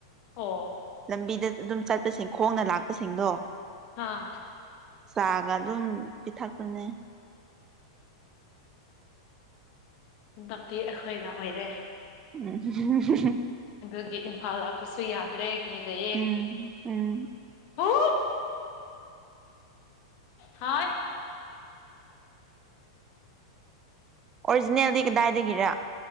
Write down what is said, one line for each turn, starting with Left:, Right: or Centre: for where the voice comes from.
Left: ꯑꯣ
Right: ꯂꯝꯕꯤꯗ ꯑꯗꯨꯝ ꯆꯠꯄꯁꯤꯡ ꯈꯣꯡꯅ ꯂꯥꯛꯄꯁꯤꯡꯗꯣ
Left: ꯍꯥꯥ
Right: ꯆꯥꯒ ꯑꯗꯨꯝ ꯄꯤꯊꯛꯄꯅꯦ
Left: ꯈꯨꯟꯗꯛꯇꯤ ꯑꯩꯈꯣꯏꯒ ꯑꯣꯏꯔꯦ
Right: ꯎꯝ
Left: ꯑꯗꯨꯒꯤ ꯏꯝꯐꯥꯜ ꯂꯥꯛꯄꯁꯨ ꯌꯥꯗ꯭ꯔꯦ ꯏꯗꯦ
Right: ꯎꯝ ꯎꯝ
Left: ꯍ ꯍ
Right: ꯑꯣꯔꯤꯖꯤꯅꯦꯜꯗꯤ ꯀꯗꯥꯏꯗꯒꯤꯔ